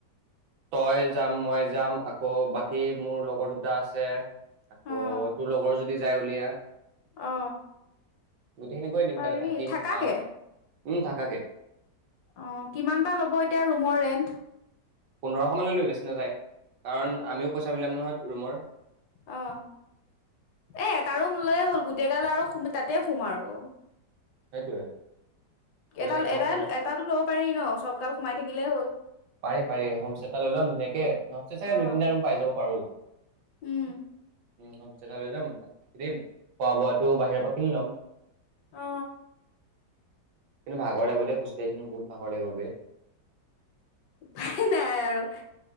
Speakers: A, on the right; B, on the left.
A: তই যাম মই যাম আকৌ বাকী মোৰ লগৰ দুটা আছে আকৌ
B: অ',
A: তোৰ লগৰ যদি যাই উলিয়া।
B: অ
A: গোটেইখিনি গৈ দিম
B: পাৰি
A: তাতে থাকিম
B: থাকাকে
A: খাম উম থাকাকে
B: অ কিমান বা ল'ব এতিয়া ৰুমৰ ৰেন্ট।
A: পোন্ধৰশ মানলৈ লৈ বেচি নাযায় কাৰণ আমিও পইচা মিলাম নহয় ৰুমৰ।
B: অ এ তাৰো লৈ হ'ল গোটেই গাল আৰু তাতে সোম আৰু।
A: সেইটোৱে। গোটেইগাল
B: এটাল
A: একেলগে
B: এটাই
A: ফুৰিম।
B: এটা তো ল'ব পাৰি ন চব গাল সোমাই থাকিলেই হ'ল।
A: পাৰি পাৰি হোমষ্ট এটা লম ধুনীয়াকে হোম চাগে
B: অ',
A: দুই তিনিটা ৰুম পাই যাব পাৰো।
B: উম।
A: উ হোষ্টটা লৈ যাম থাকিম খোৱা বোৱাটো বাহিৰৰ পৰা কিনি ল'ম।
B: অ ।
A: কিন্তু ভাগৰ লাগিব দ খোজকাঢ়ি কিন্তু বহুত ভাগৰ লাগিব বে।
B: উপাই নাই আৰু